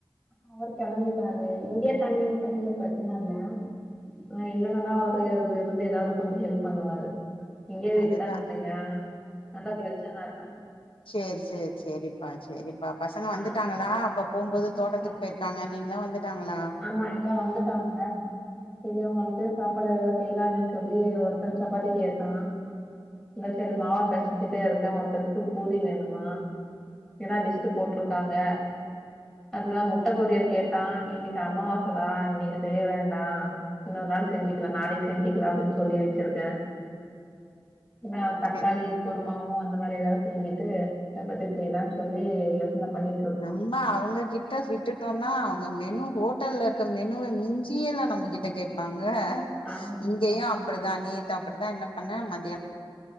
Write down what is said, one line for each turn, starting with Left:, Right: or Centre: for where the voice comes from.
Centre: அவரு கெளம்பிட்டாரு இங்கே தண்ணி ஊத்தினா ஒன்னு பிரச்சன இல்ல ஆ இல்லன்னாதா அவரு இ இருந்து எதாவது கொஞ்சோ ஹெல்ப் பண்ணுவாரு இங்கே விட்டாங்க
Left: அதுதா
Centre: இல்லையா நல்லா பிரச்சன இல்ல
Left: சேரி சேரி சேரிப்பா சேரிப்பா பசங்க
Centre: நான்
Left: வந்துட்டாங்களா அப்ப போம்போது
Centre: ஆமாப்பா
Left: தோட்டத்துக் போயிரு இருக்காங்க நீங்களா வந்துட்டாங்களா
Centre: ஆமா எல்லா விஷயங்களும் வந்துட்டாங்க சரி அவுங்களுக்கு சாப்பாடு எதாவது செய்லாமேன் சொல்லி ஒருத்தன் சப்பாத்தி கேட்டா இந்தா செரி மாவ பெசஞ்சுட்டே இருக்கே ஒருத்தனுக்கு பூரி வேணுமா எல்லா லிஸ்ட்டு போட்டிருக்காங்க அதுல்லாம முட்ட பொரியல் கேட்டா இன்னி க்கு அமாவாச டா இன்னைக்கு செய்ய வேண்டா இன்னொரு நாள் செஞ்சிக்கலா நாளைக்கு செஞ்சிக்கலா அப்டின் சொல்லி வச்சிருக்கே இந்தா ஓ தக்காளி
Left: செ
Centre: குருமாவு அந்த மாரி எதாவது செஞ்சுட்டு சப்பாத்தி செய்யலானு சொல்லி யோசன பண்ணி
Left: நம் அவங்ககிட்ட விட்டுட்டோனா அவங்க மெனு ஹோட்டல்ல இருக்க மெனுவ மிஞ்சியேதா நம்ம கிட்ட கே இருப்பாங்க
Centre: ஆமாப்பா.
Left: இங்கேயு அப்டிதா நேத்து அப்டிதா என்ன பண்ண மத்யா